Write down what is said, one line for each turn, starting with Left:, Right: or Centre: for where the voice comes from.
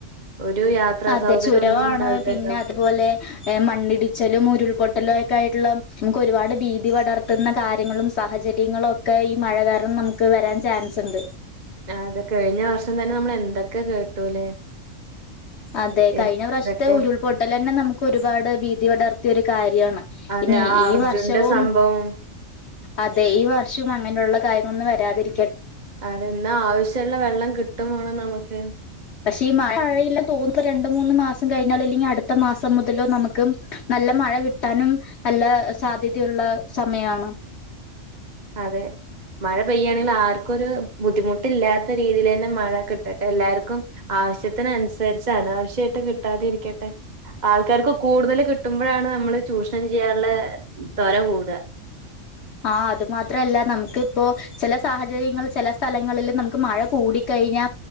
Right: ഒരു യാത്രാ
Left: അതെ
Right: സൗകര്യം
Left: ചുരവാണ്
Right: ഒന്നും ഉണ്ടാവില്ലല്ലോ
Left: പിന്നെ അതുപോലെ മണ്ണിടിച്ചലും ഉരുൾപൊട്ടലും ഒക്കെ ആയിട്ടുള്ള നമുക്ക് ഒരുപാട് ഭീതി പടർത്തുന്ന കാര്യങ്ങളും സാഹചര്യങ്ങളും ഒക്കെ ഈ മഴ കാരണം നമുക്ക് വരാൻ ചാൻസ് ഉണ്ട്
Right: അത് കഴിഞ്ഞ വർഷം തന്നെ നമ്മൾ എന്തൊക്കെ കേട്ടൂല്ലേ
Left: അതെ കഴിഞ്ഞ
Right: എത്രക്കെ
Left: പ്രാവശ്യത്തെ ഉരുൾപൊട്ടലന്നെ നമുക്ക് ഒരുപാട് ഭീതി പടർത്തിയ ഒരു കാര്യാണ്.
Right: അതെ
Left: ഇനി
Right: ആ
Left: ഈ
Right: അർജുന്റെ
Left: വർഷവും
Right: സംഭവം
Left: അതെ ഈ വർഷവും അങ്ങനെയുള്ള കാര്യങ്ങളൊന്നും വരാതിരിക്ക
Right: അതെന്നാ ആവശ്യള്ള വെള്ളം കിട്ടും വേണം നമുക്ക്
Left: പക്ഷെ ഈ മഴ മഴയില്ലെന്ന് തോന്നുന്നു രണ്ട് മൂന്ന് മാസം കഴിഞ്ഞാലോ അല്ലെങ്കിൽ അടുത്ത മാസം മുതലോ നമുക്ക് നല്ല മഴ കിട്ടാനും നല്ല സാധ്യതയുള്ള സമയാണ്.
Right: അതെ മഴ പെയ്യാണെങ്കിൽ ആർക്കും ഒരു ബുദ്ധിമുട്ടില്ലാത്ത രീതിയിൽ തന്നെ മഴ കിട്ടട്ടെ എല്ലാവർക്കും ആവശ്യത്തിന് അനുസരിച്ച് അനാവശ്യമായിട്ട് കിട്ടാതിരിക്കട്ടെ ആൾക്കാർക്ക് കൂടുതൽ കിട്ടുമ്പോഴാണ് നമ്മള് ചൂഷണം ചെയ്യാനുള്ള തൊര കൂടുക
Left: ആ അത് മാത്രല്ല നമുക്കിപ്പോ ചില സാഹചര്യങ്ങൾ ചില സ്ഥലങ്ങളിൽ നമുക്ക് മഴ കൂടിക്കഴിഞ്ഞാ